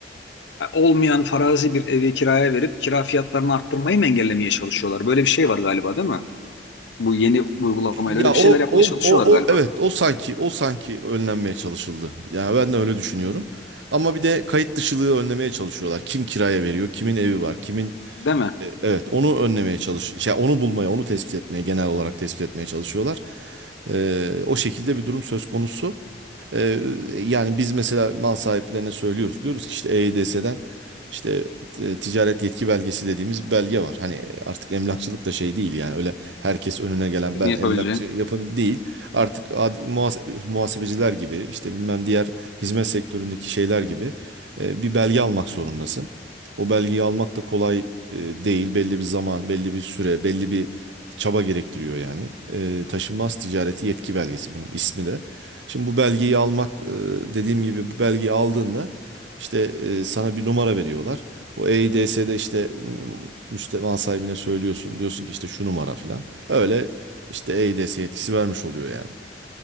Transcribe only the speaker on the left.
e, olmayan farazi bir evi kiraya verip kira fiyatlarını arttırmayı mı engellemeye çalışıyorlar? Böyle bir şey var galiba değil mi? Bu yeni uygulamayla
öyle bir
şeyler yapmaya
çalışıyorlar
galiba.
Değil mi?
Sizin
yapabileceğin.